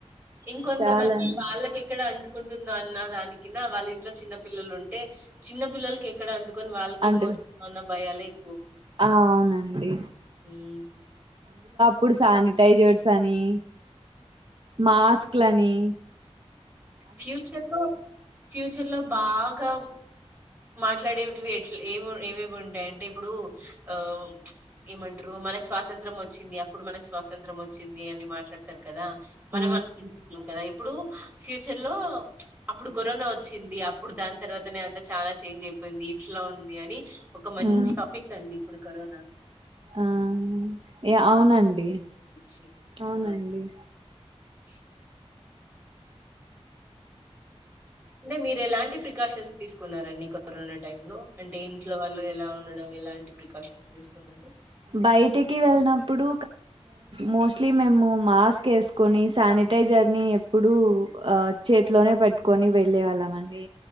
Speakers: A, on the right; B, on the right.
A: ఇంకొంతమంది
B: చాలానే
A: వాళ్ళకి ఎక్కడ అంటుకుంటుందో, అన్న దాన్ని వాళ్ళ ఇంట్లో చిన్న పిల్లలు ఉంటే చిన్న పిల్లలకి ఎక్కడ అన్ ని వాళ్ళకి
B: అంటు
A: ఏమవుతుంద, ఉన్న భయాలే, ఎ
B: ఆ అవునండి
A: ఉమ్.
B: ఇప్పుడు శానిటైజర్స్ అని మాస్క్ అట్లని
A: ఫ్యూచర్ లో ఫ్యూచర్ లో బాగా మాట్లాడేటివి ఎలా ఏ ఏమేవి ఉంటాయి అంటే ఇప్పుడు ఆ ఏమంటారు మనకు స్వాతంత్రం వచ్చింది అప్పుడు మనకు స్వాతంత్రం వచ్చింది అని మాట్లాడతారు. కదా మనం
B: ఆ
A: అనుకుంటున్నాము కదా ఇప్పుడు ఫ్యూచర్ లో అప్పుడు కరోనా వచ్చింది, అప్పుడు దాని తర్వాతనే అంతా చాలా చేంజ్ అయిపోయింది, ఇట్లా ఉంది అని ఒక మంచి
B: ఆ
A: టాపిక్ అండి ఇప్పుడు కారోనా
B: ఆ ఏ అవునండి,
A: గురించి. ఆ!
B: అవునండి
A: <unintelligible> అంటే మీరు ఎలాంటి ప్రికాషన్స్ తీసుకున్నారండి, కరోనా టై లో అంటే ఇంట్లో వాళ్ళు ఎలా ఉండడం ఎలాంటి ప్రికాషన్స్ తీసుకున్నారు.
B: బయటికి వెళ్ళినప్పుడు మోస్ట్లీ మేము మాస్క్ వేసుకొని శానిటైజర్ ని ఎప్పుడూ చేతిలోనే పెట్టుకొని వెళ్ళే వాళ్ళం అండి.